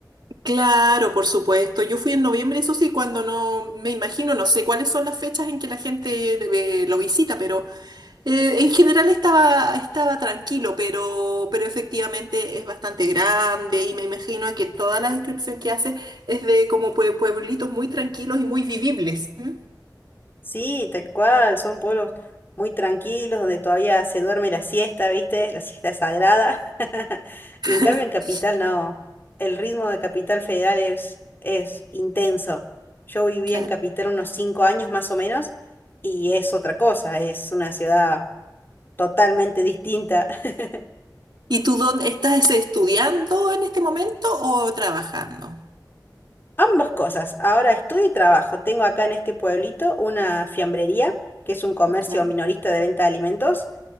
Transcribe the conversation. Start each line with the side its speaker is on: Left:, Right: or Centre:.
Right: Claro, por supuesto. Yo fui en noviembre, eso sí, cuando no me imagino, no sé cuáles son las fechas en que la gente eh, lo visita, pero Eh, en general estaba, estaba tranquilo, pero, pero efectivamente es bastante grande y me imagino que toda la descripción que hace es de como pue- pueblitos muy tranquilos y muy vivibles. ¿m?
Left: Sí, tal cual, son pueblos muy tranquilos donde todavía se duerme la siesta, ¿viste? La siesta es sagrada. <laughs> Y
Right: <laughs>
Left: en cambio en Capital no, el ritmo de Capital Federal es, es intenso. Yo viví
Right: Claro.
Left: en Capital unos cinco años más o menos y es otra cosa, es una ciudad totalmente distinta. <laughs>
Right: ¿Y tú dónde estás estudiando en este momento o trabajando?
Left: Ambas cosas, ahora estudio y trabajo. Tengo acá en este pueblito una fiambrería, que es un comercio
Right: Ya.
Left: minorista de venta de alimentos.